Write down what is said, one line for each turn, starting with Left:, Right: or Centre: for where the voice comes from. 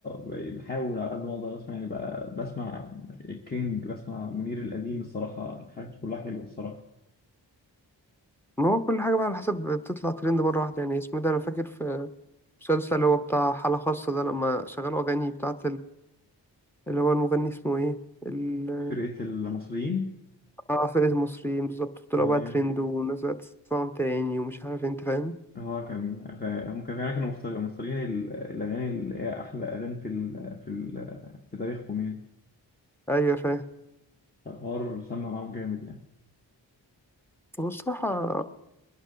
Left: بحاول على قد ما أقدر أسمع يعني بقى بسمع الكينج بسمع منير القديم الصراحة حاجات كلها حلوة الصراحة
Centre: ما هو كل حاجة بقى على حسب بتطلع ترند مرة واحدة يعني اسمه ده أنا فاكر في مسلسل اللي هو بتاع حالة خاصة ده لما شغلوا أغاني بتاعة اللي هو المغني اسمه ايه ال-
Left: فرقة المصريين
Centre: اه فرقة المصريين بالظبط طلعوا
Left: أيوة
Centre: بقى ترند والناس بقت تسمعهم تاني ومش عارف انت فاهم
Left: هو كان هم كانوا فعلا كانوا مختار- مختارين ال- الأغاني اللي هي أحلى أغاني في ال في ال في تاريخهم يعني
Centre: ايوه فاهم
Left: فالحوار سمع معاهم جامد يعني
Centre: هو الصراحة